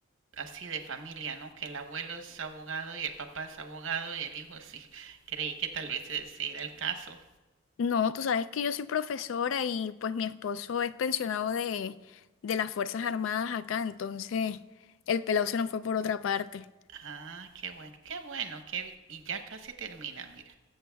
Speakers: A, on the right; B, on the left.
A: así de familia, ¿no? Que el abuelo es abogado y el papá es abogado y el hijo sí. Creí que tal vez ese era el caso.
B: No, tú sabes que yo soy profesora y pues mi esposo es pensionado de, de las Fuerzas Armadas acá, entonces el pelado se nos fue por otra parte.
A: Ah, qué bueno, qué bueno, qué... y ya casi termina, mira.